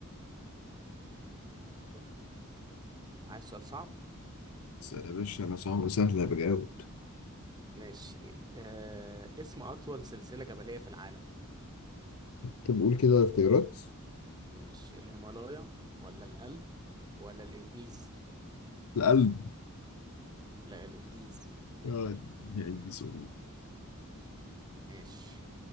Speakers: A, on the right; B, on the left.
A: تت- تت- تت. عايز سؤال صعب
B: سهل يا باشا أنا صعب سهل بجاوب
A: ماشي آه... اسم أطول سلسلة جبلية في العالم
B: طب قول كده اختيارات
A: ماشي الهيمالايا ولا الألب ولا الإنديز
B: القلب
A: لا الإنديز
B: آه، يعني سؤال.
A: ماشي